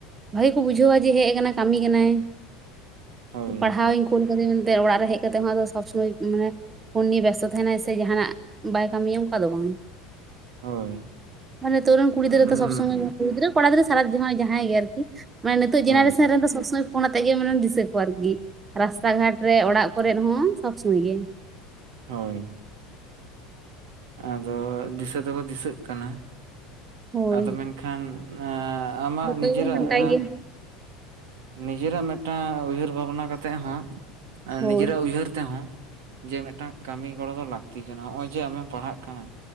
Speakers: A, on the right (about 25°); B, on the right (about 75°).
A: ᱵᱷᱟᱜᱮ ᱠᱚ ᱵᱩᱡᱷᱟᱹᱣᱼᱟ ᱡᱮ ᱦᱮᱡ ᱠᱟᱱᱟᱭ ᱠᱟᱹᱢᱤ ᱠᱟᱱᱟᱭ
B: ᱦᱳᱭ
A: ᱯᱟᱲᱦᱟᱣᱤᱧ ᱠᱳᱞ ᱠᱟᱹᱫᱮᱭᱟ ᱢᱮᱱᱛᱮ ᱚᱲᱟᱜ ᱨᱮ ᱦᱮᱡ ᱠᱟᱛᱮᱜ ᱦᱚᱸ ᱟᱫᱚ ᱥᱚᱵ ᱥᱚᱢᱚᱭ ᱢᱟᱱᱮ ᱯᱷᱳᱱ ᱱᱤᱭᱮ ᱵᱮᱥᱛᱚ ᱛᱟᱦᱮᱱᱟᱭ ᱥᱮ ᱡᱟᱦᱟᱸᱱᱟᱜ ᱵᱟᱭ ᱠᱟᱹᱢᱤᱭᱟ ᱚᱱᱠᱟ ᱫᱚ ᱵᱟᱝ
B: ᱦᱳᱭ
A: ᱢᱟᱱᱮ ᱱᱤᱛᱚᱨᱮᱱ ᱠᱩᱲᱤ
B: ᱩᱸ
A: ᱜᱤᱫᱽᱨᱟᱹ ᱛᱚ ᱥᱚᱵ ᱥᱚᱢᱚᱭ ᱠᱩᱲᱤ ᱜᱽᱨᱟᱹ ᱠᱚᱲᱟ ᱜᱤᱫᱽᱨᱟᱹ ᱥᱟᱨᱟ <unintelligible> ᱡᱚᱦᱟᱭ ᱡᱟᱦᱟᱸᱭ ᱜᱮ ᱟᱨᱠᱤ ᱢᱟᱱᱮ ᱤᱛᱚᱜ
B: ᱦᱳᱭ
A: ᱡᱮᱱᱟᱨᱮᱥᱟᱱ ᱨᱮᱱᱫᱚ, ᱥᱚᱵ ᱥᱚᱢᱚᱭ ᱯᱷᱳᱱᱱᱟ ᱟᱛᱮᱜᱮ ᱢᱚᱱᱮ ᱫᱤᱥᱟᱹ ᱠᱚᱣᱟ ᱟᱨᱠᱤ, ᱨᱟᱥᱛᱟ ᱜᱷᱟᱴ ᱨᱮ ᱚᱲᱟᱜ ᱠᱚᱨᱮ ᱦᱚᱸ ᱥᱚᱵᱽ ᱥᱚᱢᱚᱭ ᱜᱮ᱾
B: ᱦᱳᱭ, ᱟᱫᱚ ᱫᱤᱥᱟᱹ ᱫᱚᱠᱚ ᱫᱤᱥᱟᱹᱜ ᱠᱟᱱᱟ,
A: ᱦᱳᱭ
B: ᱟᱫᱚ ᱢᱮᱱᱠᱷᱟᱱ ᱟᱼᱟᱢᱟᱜ
A: ᱡᱚᱛᱚ
B: ᱱᱤᱡᱮᱨᱟᱜᱼᱟ
A: ᱜᱮᱵᱚᱱ ᱜᱷᱟᱱᱴᱟᱭ ᱜᱮᱭᱟ
B: ᱱᱤᱡᱮᱨᱟᱜ ᱢᱤᱫᱴᱟᱝ ᱩᱭᱦᱟᱹᱨ ᱵᱷᱟᱵᱽᱱᱟ ᱠᱟᱛᱮᱫ ᱦᱚᱸ,
A: ᱦᱳᱭ
B: ᱱᱤᱡᱮᱨᱟᱜ ᱩᱭᱦᱟᱹᱨ ᱛᱮᱦᱚᱸ ᱡᱮ ᱢᱤᱫᱴᱟᱝ ᱠᱟᱹᱢᱤ ᱜᱚᱲᱚ ᱫᱚ ᱞᱟᱹᱠᱛᱤ ᱠᱟᱱᱟ, ᱦᱚᱜᱼᱚᱭ ᱡᱮ ᱟᱢᱮᱢ ᱯᱟᱲᱦᱟᱜ ᱠᱟᱱᱟ